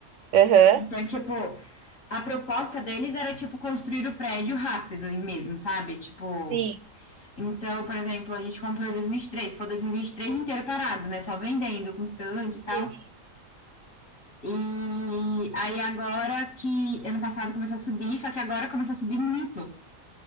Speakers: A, on the right; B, on the left.
A: Aham.
B: Então, tipo, a proposta deles era, tipo, construir o prédio rápido mesmo, sabe? Tipo,
A: Sim.
B: Então, por exemplo, a gente comprou em 2023, foi 2023 inteiro parado, né? Só vendendo com stand
A: Sim.
B: e tal. E aí agora que ano passado começou a subir, só que agora começou a subir muito.